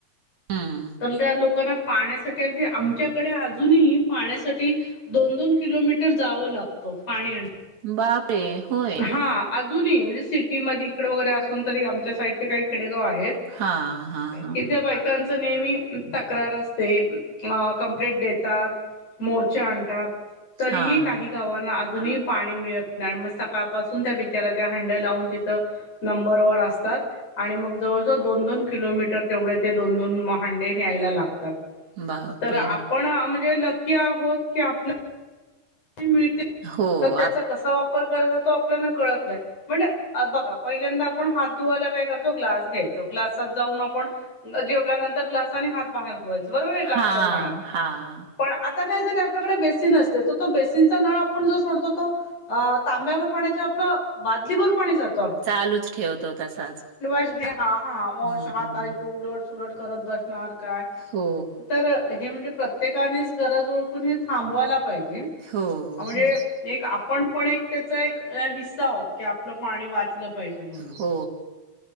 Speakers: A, on the right (about 65°); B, on the left (about 55°).
A: हं.
B: तर त्या लोक काना पाण्यासाठी अगदी आमच्याकडे अजूनही पाण्यासाठी दोन दोन किलोमीटर जावं लागतो पाणी आणाय
A: बापरे! होय.
B: हा अजूनही म्हणजे सिटीमध्ये इकडे वगैरे असून तरी आमच्या साईड काही खेडे हो आहेच
A: हां, हां, हां.
B: की पटण नेहमी तक्रार असते कमप्लेंट देतात मोर्चे आणतात. तरीही
A: हां.
B: काही गावांना अजूनही पाणी मिळत नाही नाय मग सकाळपासून त्या बिचार्या त्या हंडे लावून तिथं नंबर वर असतात आणि मग जवळ कस दोन दोन किलोमीटर तेवढे ते दोन दोन म हांडे न्यायला लागतात
A: बापरे!
B: तर आपण म्हणजे लकी आहोत की आप मिळते
A: हो.
B: तर त्याचा
A: आप
B: कसा वापर तो करतो आपल्याना कळत नाही म्हणजे बघा पहिल्यांदा आपण हात धुवायला काय करतो ग्लास घेतो ग्लासात जाऊन आपण जेवल्यानंतर आपण ग्लासाने हात बाहेर धुवायचो बरोबर हाय का
A: हां,
B: ग्लासभर पाण्यात
A: हां.
B: पण आता काय झालय आपल्याकडे बेसीन असते तो तो बेसिनचा नळ आपण जो सोडतो तो तांब्यावर पाण्याच्या आपलं बादलीवर पाणी जात
A: चालूच ठेवतो तसाच
B: हॅन्ड वॉश घे हा हा वॉश
A: हम्म.
B: हाताइकड उलट सुलट करत बसणार काय
A: हो,
B: तर हे म्हणजे प्रत्येकानेच गरज ओळखून हे थांबवायला पाहीजे
A: हो,
B: म्हणजे
A: हो.
B: एक आपण आपण एक त्याचा एक हिस्सा आहोत की आपलं पाणी वाचलं पाहिजे म्हणून.
A: हो